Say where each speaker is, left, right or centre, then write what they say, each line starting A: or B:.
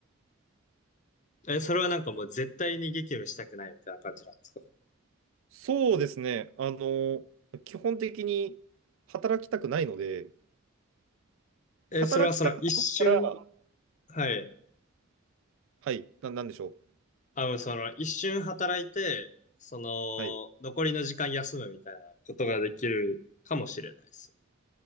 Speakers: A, on the left; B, on the right.
A: え、それはなんかもう絶対に激務したくないみたいな感じなんですか
B: そうですね。あの、基本的に働きたくないので、
A: え、
B: 働きたくないから、
A: それはその一瞬、はい。
B: はい、な、なんでしょ
A: あの、その、一瞬働いて、その、
B: う。はい。
A: 残りの時間休むみたいなことができるかもしれないです。